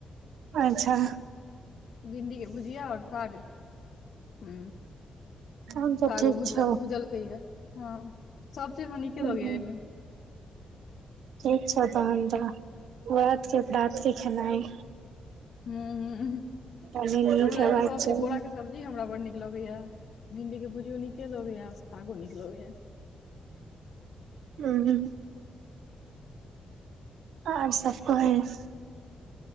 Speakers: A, on the right (about 85°); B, on the left (about 65°).
A: अच्छा।
B: भिंडी के भुजिया और साग हु
A: तहन तऽ
B: सागो
A: ठीक
B: भूज
A: छौ
B: भूजलकैये, हँ सब चीज हमरा नीके लगैये
A: हूँ
B: एहिमे।
A: ठीक छौ तहन जाह रात के राति के खेनाइ।
B: हुं हुं
A: कनी नीक
B: हमरा
A: हेबाक
B: एहिमे सब
A: चाही
B: चीज बोरा के सब्जी हमरा बड नीक लगैये। भिंडी के भुजियो नीके लगैये सागो नीक लगैये।
A: हुं। आ आब सबटा अछि।